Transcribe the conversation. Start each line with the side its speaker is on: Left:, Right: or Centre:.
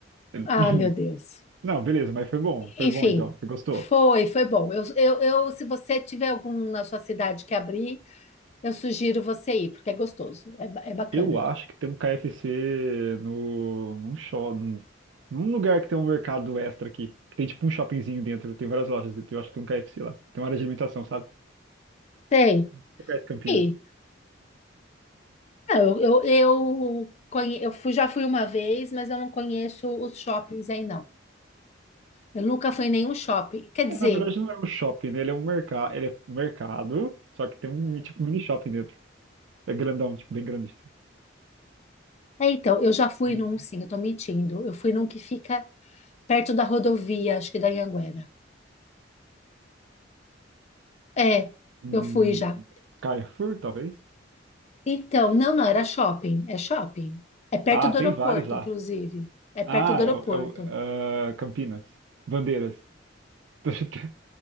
Right: <laughs>
Left: Ah, meu Deus.
Right: Não, beleza, mas foi bom, foi
Left: Enfim,
Right: bom então. Você gostou?
Left: foi, foi bom. Eu, eu, eu, se você tiver algum na sua cidade que abrir, eu sugiro você ir, porque é gostoso, é, ba- é bacana.
Right: Eu acho que tem um KFC no, num, shop, num, num lugar que tem um mercado extra aqui. Que tem tipo um shoppingzinho dentro, tem várias lojas dentro. Eu acho que tem um KFC lá. Tem uma área de alimentação, sabe?
Left: Tem,
Right: Você conhece Campinas?
Left: tem. Não, eu, eu, eu, conhe- eu fui, já fui uma vez, mas eu não conheço os shoppings aí, não. Eu nunca fui em nenhum shopping. Quer dizer,
Right: É, na verdade não é um shopping, né? Ele é um mercado, ele é um mercado, só que tem um mi- tipo mini shopping dentro. É grandão, tipo, bem grande. assim.
Left: É, então, eu já fui
Right: Tem
Left: num, sim, eu tô mentindo. Eu fui num que fica perto da rodovia, acho que da Anhanguera. É,
Right: um
Left: eu fui já.
Right: Carrefour, talvez?
Left: Então, não, não, era shopping, é shopping. É perto
Right: Ah,
Left: do
Right: tem
Left: aeroporto,
Right: vários lá.
Left: inclusive. É perto
Right: Ah,
Left: do
Right: é
Left: aeroporto.
Right: o, é o, ah, Campinas. Bandeiras. <laughs> Tô chutando.